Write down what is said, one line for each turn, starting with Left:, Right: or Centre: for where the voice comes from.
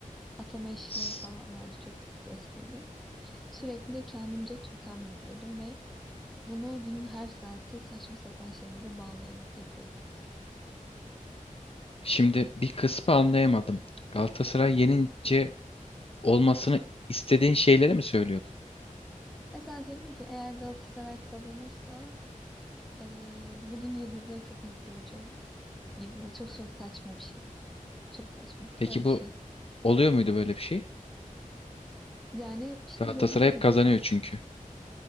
Centre: Atama işleri
Left: hı.
Centre: falan vardı. Çok stresliydim. Sürekli kendimce totem yapıyordum ve bunu günün her saati saçma sapan şeylere bağlayarak yapıyordum.
Left: Şimdi bir kısmı anlayamadım. Galatasaray yenince olmasını istediğin şeyleri mi söylüyordun?
Centre: Mesela diyordum ki eğer Galatasaray kazanırsa eee, bugün yıldızları çok net göreceğim. gibi. Çok so- saçma bir şey. Çok saçma.
Left: Peki
Centre: Böyle
Left: bu
Centre: bir şey.
Left: oluyor muydu böyle bir şey?
Centre: Yani işte
Left: Galatasaray
Centre: dediğim
Left: hep
Centre: gibi
Left: kazanıyor çünkü.